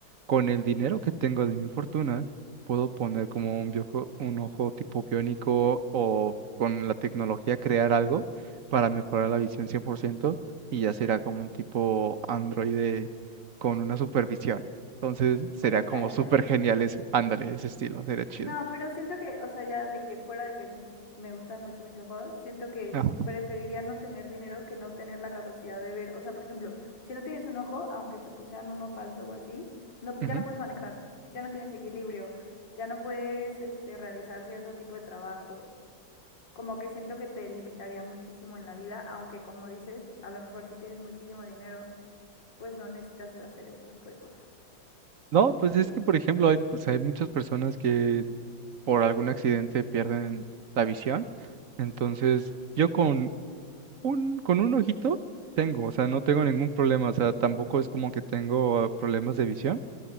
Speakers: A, on the right; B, on the left.
A: con el dinero que tengo de mi fortuna, puedo poner como un, viejo- un ojo tipo biónico o con la tecnología crear algo para mejorar la visión 100% y ya será como un tipo androide con una supervisión. Entonces sería
B: Un cyborg.
A: como súper genial eso. Ándale, ese estilo, sería chido.
B: No, pero siento que, o sea, ya de que fuera de que mis, me gustan mucho mis ojos, siento que
A: Ajá.
B: preferiría no tener dinero que no tener la capacidad de ver. O sea, por ejemplo, si no tienes un ojo, aunque te posean uno falso o así, no, ya
A: Ujú.
B: no puedes manejar, ya no tienes equilibrio, ya no puedes, este, realizar cierto tipo de trabajos. Como que siento que te limitaría muchísimo en la vida, aunque como dices, a lo mejor si tienes muchísimo dinero, pues no necesitas hacer ese tipo de cosas.
A: No, pues es que, por ejemplo, hay, pues hay muchas personas que por algún accidente pierden la visión. Entonces, yo con un, con un ojito tengo, o sea, no tengo ningún problema, o sea, tampoco es como que tengo problemas de visión